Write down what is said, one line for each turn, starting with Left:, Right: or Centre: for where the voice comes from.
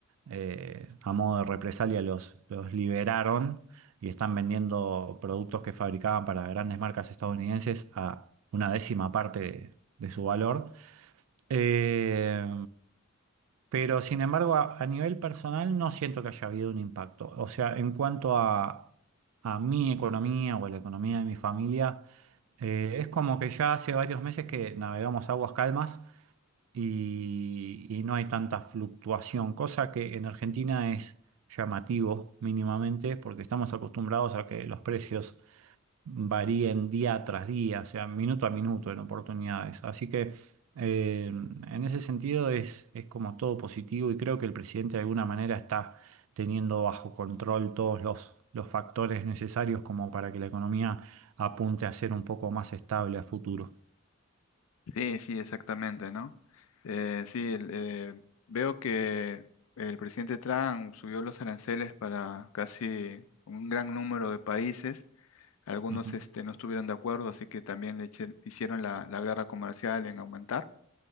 Right: eh, a modo de represalia los, los liberaron y están vendiendo productos que fabricaban para grandes marcas estadounidenses a una décima parte de de su valor. Eh, pero sin embargo, a, a nivel personal no siento que haya habido un impacto. O sea, en cuanto a, a mi economía o a la economía de mi familia, eh, es como que ya hace varios meses que navegamos aguas calmas y, y no hay tanta fluctuación, cosa que en Argentina es llamativo mínimamente porque estamos acostumbrados a que los precios varíen día tras día, o sea, minuto a minuto en oportunidades. Así que eh, en ese sentido es, es como todo positivo y creo que el presidente de alguna manera está teniendo bajo control todos los, los factores necesarios como para que la economía apunte a ser un poco más estable a futuro.
Left: Sí, sí, exactamente, ¿no? Eh, sí, el- eh, veo que el presidente Trump subió los aranceles para casi un gran número de países. Algunos
Right: Ujú.
Left: este, no estuvieron de acuerdo, así que también le eche- hicieron la, la guerra comercial en aumentar.